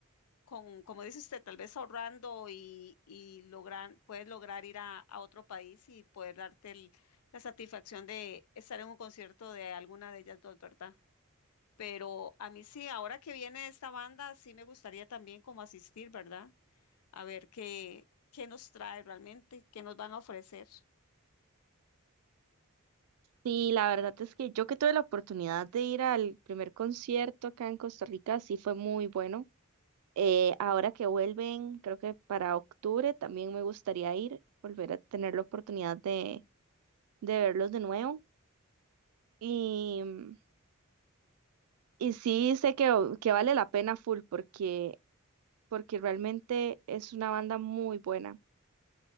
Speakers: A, on the left; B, on the right.
A: con, como dice usted, tal vez ahorrando y, y lograr, puedes lograr ir a, a otro país y poder darte el- la satisfacción de estar en un concierto de alguna de ellas dos, ¿verdad? Pero a mí sí, ahora que viene esta banda, sí me gustaría también como asistir, ¿verdad? a ver qué, qué nos trae realmente, qué nos van a ofrecer.
B: Sí, la verdad es que yo que tuve la oportunidad de ir al primer concierto acá en Costa Rica, sí fue muy bueno. Eh, ahora que vuelven, creo que para octubre también me gustaría ir, volver a tener la oportunidad de, de verlos de nuevo. Y, mm, y sí sé que, que vale la pena full porque, porque realmente es una banda muy buena.